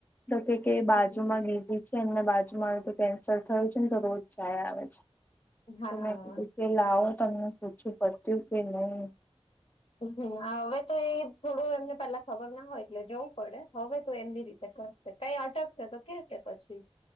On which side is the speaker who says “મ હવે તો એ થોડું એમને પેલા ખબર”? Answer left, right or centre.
Left